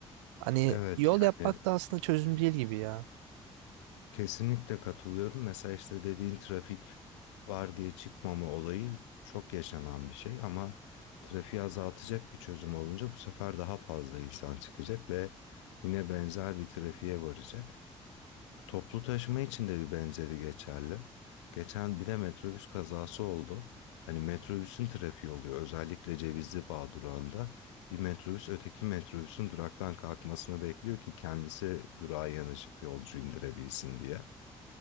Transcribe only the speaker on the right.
Hani
yol
yapmak da aslında çözüm değil gibi ya.